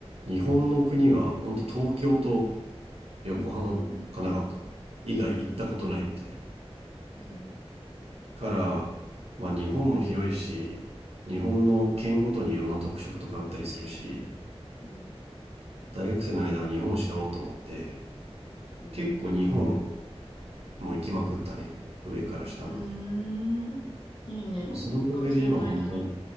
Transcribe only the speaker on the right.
日本の国は本当東京と
横浜神奈川か以外行ったことないみたいな
からまあ日本も広いし日本の県ごとにいろんな特色とかあったりするし
大学生の間は日本を知ろうと思って
結構日本も行きまくったね上から下まで、
まあ、そのおかげで今本当